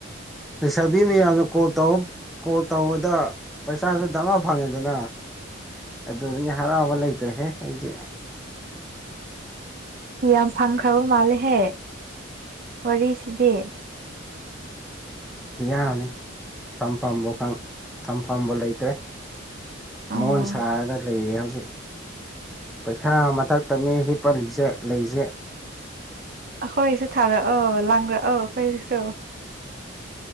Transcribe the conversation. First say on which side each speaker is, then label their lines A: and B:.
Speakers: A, in the centre; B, on the right (about 45°).
A: ꯂꯩꯁꯥꯕꯤ ꯃꯌꯥꯝꯅ ꯀꯣꯜ ꯀꯣꯜ ꯇꯧꯕꯗ ꯄꯩꯁꯥꯁꯨ ꯗꯃꯥ ꯐꯪꯉꯦꯗꯅ ꯑꯗꯨ ꯍꯔꯥꯎꯕ ꯂꯩꯇ꯭ꯔꯦꯍꯦ ꯑꯩꯗꯤ
B: ꯑꯁ ꯌꯥꯝ ꯐꯪꯈ꯭ꯔꯕ ꯃꯥꯜꯂꯦꯍꯦ ꯋꯥꯔꯤꯁꯤꯗꯤ
A: ꯌꯥꯅꯤ ꯇꯝꯐꯝꯕꯨ ꯊꯝꯐꯝꯕꯨ ꯂꯩꯇ꯭ꯔꯦ
B: ꯑꯣ
A: ꯃꯣꯟ ꯁꯥꯔꯒ ꯂꯩꯔꯦ ꯍꯧꯖꯤꯛ ꯄꯩꯁꯥ ꯃꯊꯛꯇꯅꯤ ꯍꯤꯞꯄꯜꯂꯤꯁꯦ ꯂꯩꯖꯦ
B: ꯑꯩꯈꯣꯏꯁꯨ ꯊꯥꯔꯛꯑꯣ ꯂꯥꯡꯛꯑꯣ ꯀꯩꯁꯨ